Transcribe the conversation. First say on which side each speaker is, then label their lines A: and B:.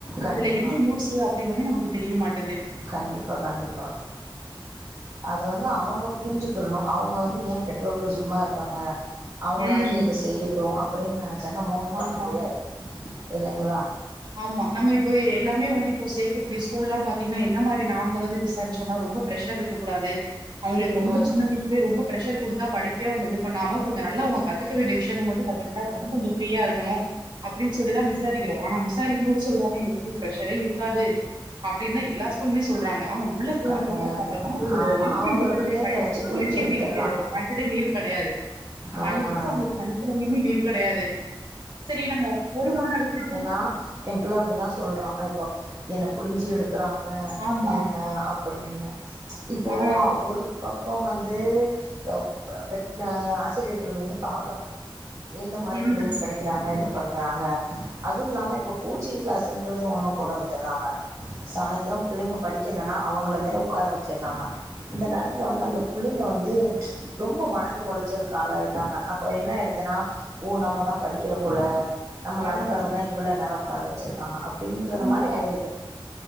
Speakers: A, on the right; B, on the right.
A: கண்டிப்பா
B: இதுல என்ன யூஸ்சு அப்டின்னு நமக்கு தெரிய மாட் கது
A: கண்டிப்பா கண்டிப்பா அது வந்து அவங்க புரிஞ்சுக்கணும் அவங்க வந்து ஏன் பெற்றோர்கள் சும்மா இருக்காங்க அவங்களாச்சும்
B: ம்
A: இத செய்யட்டும் அப் அப்டின்னு நெ தினம் மூன்னும் பண்ண
B: ஆமா
A: முடியாது இல்லைங்களா
B: ஆமா நம்ம இப்போ எல்லாமே வந்து இப்போ சேர்க்கக்கூடிய ஸ்கூல்ல எல்லா பாத்தீங்கன்னா என்ன மாரி நாங்க வந்து விசாரிச்சோம்னா ரொம்ப பிரஷர் இருக்க கூடாது அவங்களுக்கு ரொம்ப
A: ம்
B: சின்ன வயசுலய ரொம்ப பிரரெஷர்டுத்தா படிப்பே அவங்க எது இப்ப ணாம கொஞ்சம் நல்லாங்க கத்துக்க வேண்டிய விஷயங்கள் மட்டு கத்துக்கிட்டா கொஞ்சம் பிரியா இருணும் அப்படின்னு சொல்லிதா விசாரிக்கிறோ ஆனா வி சாரிக்கும் போது சொல்றாங்க எங்ளுக் ஸ்கூல் பிரஷ்ஷரே இருக்காது அப்படின்னா எல்லா ஸ்கூலுமே சொல்றாங்க ஆனா உள்ள போனதுப்புறம
A: கெடையாது
B: பார்த்தோம்னா ஒரு
A: ஆமா
B: யு
A: அவங்கள
B: கே ஜி படிக்கிற
A: பிள்ளைங்கள
B: பையனு
A: வச்சு புழிஞ்சு
B: எல் கே
A: எடுத்துர்றாங்க
B: ஜி லீவ் விடறது சாட்டர்டே லீவ் கிடையாது
A: ஆ
B: அன்னைக்கு கூட அவங்களுக்கு சனிக்கிழமைமே லீவ் கிடையாது சேரி நம்ம ஒரு வாரம் விட்டுட்டு
A: ஹா என் புல்ல அப்படிதான் சொல்றான் இப்போ என்ன புழிஞ்சு எடு இருக்கறாங்க
B: ஆமா
A: என்ன அப் அப்படின்னு இப்போஹவ்
B: ஆ
A: ஒரு பக் இப்ப வந்து ப ப பெற்ற ஆசிரியர்கள் வந்து பாக்கணும் எந்த மாரி
B: ம்
A: பிள்ளைங்க படிக்கிறாங்க எது பண்றாங்க அதுவும் இல்லாம இப்ப கோச்சிங் கிளாஸ்ன்றது ஒன்னும் கொண்டு வந்துடுறாங்க சாயந்திரம் பிள்ளைங்க படிக்கலைன்னா அவங்கள வேற உட்கார வச்சுற்றாங்க இந்த நேரத்துல வந்து அந்த பிள்ளைங்க வந்து ரொம்ப மனது உளைச்சலுக்கு ஆள ஆயிடுறாங்க அப்ப என்ன ஆயிடுதுன்னா ஓ நம்மதான் படிக்கிற புள்ள நம்ள
B: ஆ
A: அதுக்காக தான் இவ்ளோ நேரம் உக்காரவச் வச்சிருக்காங்க அப் அப்படின்றது
B: ஆமா
A: மாரி ஆயிடுது